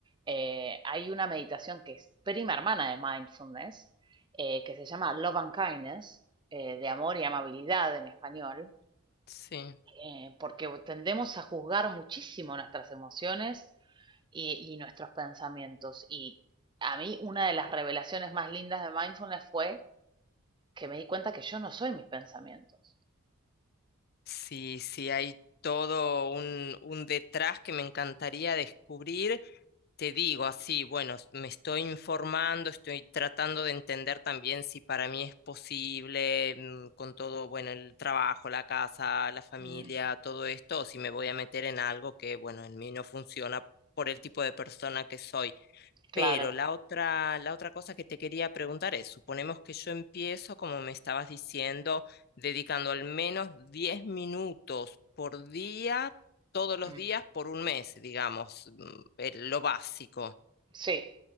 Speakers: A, on the right; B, on the left.
A: eh, hay una meditación que es prima hermana de mindfulness, eh, que se llama Love and Kindness, eh, de amor y amabilidad en español,
B: Sí.
A: eh, porque tendemos a juzgar muchísimo nuestras emociones y, y nuestros pensamientos. Y a mí una de las revelaciones más lindas de mindfulness fue que me di cuenta que yo no soy mis pensamientos.
B: Sí, sí, hay todo un, un detrás que me encantaría descubrir. Te digo así, bueno, s- me estoy informando, estoy tratando de entender también si para mí es posible, mm, con todo, bueno, el trabajo, la casa, la familia,
A: Mm,
B: todo esto, o si me voy a meter en algo que, bueno, en mí no funciona por el tipo de persona que soy.
A: claro.
B: Pero la otra, la otra cosa que te quería preguntar es, suponemos que yo empiezo, como me estabas diciendo, dedicando al menos 10 minutos por día, todos los
A: Mm.
B: días por un mes, digamos, mm, el- lo básico.
A: Sí,